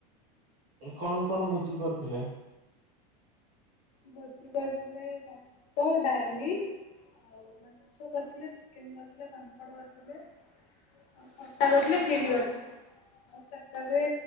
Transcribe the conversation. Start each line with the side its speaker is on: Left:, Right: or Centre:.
Right: କଣ କଣ ଭୋଜି କରିଥିଲେ?
Left: ଭୋଜି କରିଥିଲେ ଭାତ ଡାଲି ହଉ ମତେ ମାଛ କରିଥିଲେ ଚିକେନ କରିଥିଲେ ପାପଡ଼ କରିଥିଲେ। ଆଉ ଖଟା କରିଥିଲେ ଖରି କରିଥିଲେ। ଆଉ ଷ୍ଟାଟର ରେ